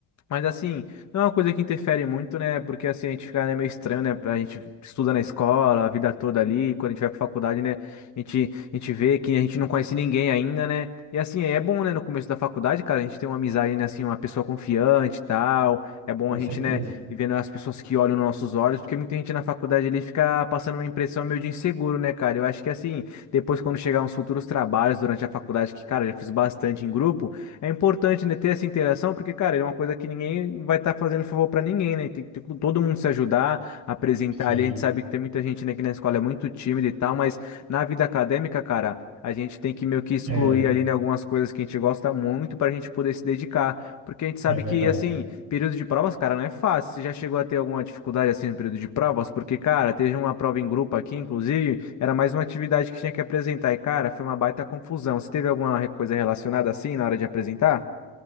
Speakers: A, on the left; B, on the right.
A: Mas assim, não é uma coisa que interfere muito, né? Porque assim, a gente fica, né, meio estranho, né? A gente estuda na escola, a vida toda ali, quando a gente vai pra faculdade, né? A gente, a gente vê que a gente não conhece ninguém ainda, né? E assim, é bom, né, no começo da faculdade, cara, a gente tem uma amizade, né, assim, uma pessoa confiante e tal. É bom
B: Com
A: a
B: certeza.
A: gente, né, ir vendo as pessoas que olham nos nossos olhos, porque muita gente na faculdade ali fica passando uma impressão meio de inseguro, né, cara? Eu acho que assim, depois quando chegar uns futuros trabalhos durante a faculdade, que, cara, eu já fiz bastante em grupo. É importante, né, ter essa interação, porque, cara, é uma coisa que ninguém vai estar fazendo favor pra ninguém, né? Tem que ter todo mundo se ajudar, apresentar
B: Sim.
A: ali. A gente sabe que tem muita gente, né, que na escola é muito tímida e tal, mas na vida acadêmica, cara, a gente tem que meio que excluir
B: É,
A: ali, né, algumas coisas que a gente gosta muito pra gente poder se dedicar. Porque a gente sabe
B: é verdade.
A: que, assim. Período de provas, cara, não é fácil. Você já chegou a ter alguma dificuldade assim no período de provas? Porque, cara, teve uma prova em grupo aqui, inclusive, era mais uma atividade que tinha que apresentar. E, cara, foi uma baita confusão. Você teve alguma re- coisa relacionada assim na hora de apresentar?